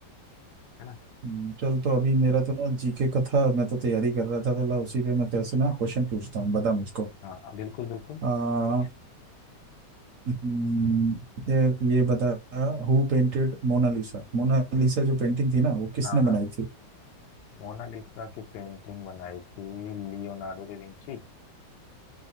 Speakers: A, on the left; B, on the right.
A: है ना
B: हम्म, चल तो अभी मेरा तो ना जीके का था मैं तो तैयारी कर रहा था तो ला उसी पे मैं तेरे से
A: ऐसा
B: ना
A: हो-
B: क्वेश्चन पूछता हूँ बता मुझको
A: हाँ हाँ, बिल्कुल बिल्कुल
B: आ,
A: कुछ
B: हम्म, ये ये बता हु पेंटेड मोनालिसा मोनालिसा जो पेंटिंग थी ना वो किसने
A: हाँ हाँ।
B: बनाई थी
A: मोनालिसा की पेंटिंग बनाई थी लियोनार्डो दा विंची